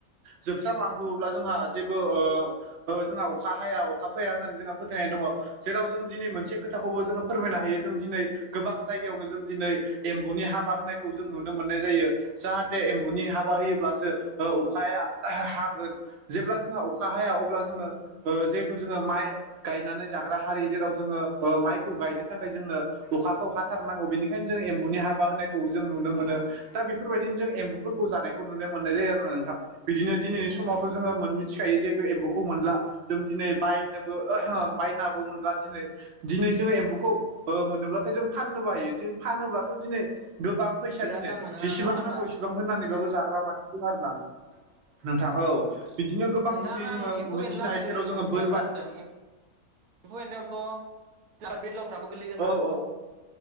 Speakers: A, on the right; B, on the right.
A: जोबस्रांलांजोबोब्ला जोंहा जेबो ओ ओ जोंहा अखा हाया अखा फाया होननानै जोंहा फोथायनाय दङ। जेराव जों दिनै मोनसे खोथाखौबो जोङो फोरमायनो हायो जों दिनै गोबां जायगायावनो जों दिनै एम्बुनि हाबा होनाय खौ जों नुनो मोननाय जायो। जाहाथे एम्बुनि हाबा होयोब्लासो ओ अखाया हागोन। जेब्ला जोंहा अखा हाया अब्ला जोङो ओ जेहेथु जोङो माइ गायनानै जाग्रा हारि जेराव जोङो ओ माइखौ गायनो थाखाय जोंनो अखाखौ हाथारनांगौ बेनिखायनो जों एम्बुनि हाबा होनायखौ जों नुनो
B: नंगौ
A: मोनो दा बेफोरबायदिनो जों एम्बुफोरखौ जानायखौ नुनो मोननाय जायो आरोना नोंथां। बिदिनो दिनैनि
B: नंगौ नोंथां
A: समावथ' जोंङो मोन मि थिखायो जिहेतु एम्बौखौ मोनला जों दिनै बायनोबो बायनाबो मोनला दिनै दिनै जोङो एम्बुखौ ओ मोनोब्लाथाय जों फाननोबो हायो जों फानोब्लाथ' दिनै गोबां फैसा
B: बिराद
A: दिनै
B: दाम मोनोना
A: जेसेबां
B: नोंथां फानबा
A: नांगौ इसेबां होननानैबाबो जाग्रा मानसि दं आरोना। नोंथां औ बिदिनो गोबां
B: नोंथां
A: दिनै
B: आं
A: जोङो
B: एम्फौ
A: मिथिनो
B: एनला होननाय
A: हायो
B: लोगो
A: जेराव
B: लोगो
A: जोङो
B: मोनसे
A: बोरबाय
B: बाथ्रा बुंदों एम्फौ एन्लायावथ' जोंहा बेदलावफ्राबो गोलैगोनना
A: औ
B: <unintelligible>
A: औ